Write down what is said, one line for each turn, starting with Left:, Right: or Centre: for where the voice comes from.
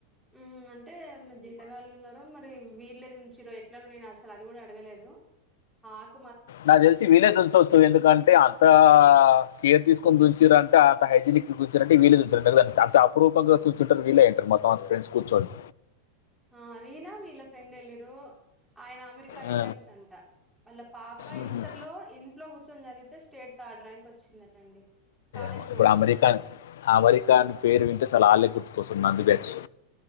Centre: ఉమ్ అంటే ఏవన్నా జీతగాళ్లు ఉన్నారో మరి వీళ్ళే తుంచింద్రో ఇట్ నేను అసలు అది కూడా అడగలేదు ఆహ్ అక
Left: నాకు తెలిసి వీళ్ళే తెంచవచ్చు ఎందుకంటే అంత కేర్ తీసుకని చుంచిండ్రు అంటే అంత హైజనిక్గ తుంచిండ్రు అంటే వీళ్ళే అంత అరూంగా తున్చేతోలు వీళ్ళే అంటారు మా కాన్ఫరెన్స్ కూర్చోంది
Centre: ఆహ్ ఈనా వీళ్ళ ఫ్రెండ్ ఎలిరు ఆయన అమెరికా
Left: ఆ,
Centre: రిటర్న్స్ అంట వాళ్ళ పాప పా
Left: మ్మ్.
Centre: ఇంటర్లో ఇంట్లో కూర్చొం చదివితే స్టేట్ థర్డ్ ర్యాంక్ వచ్చిందటండి కాలేజీ
Left: మ ఇప్పుడు
Centre: పోకుండా
Left: అమెరికా అమెరికాని పేరు వింట అసలు ఆళ్ళ గుర్తు కోస్తారు నందుబేచి